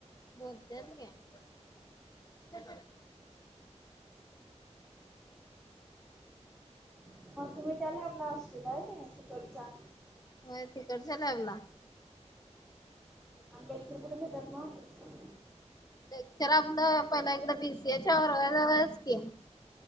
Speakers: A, on the left; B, in the centre.
A: बोलत्यांत की
B: मगं तुम्हीं त्याला आपल्या शिल्याईने तिकडच्या
A: हो तिकडच्या लावला
B: अ लेक्चर कुठ घेतांत मगं
A: लेक्चर आपलं पहिला एककड बीसीएच्या वर्गावर की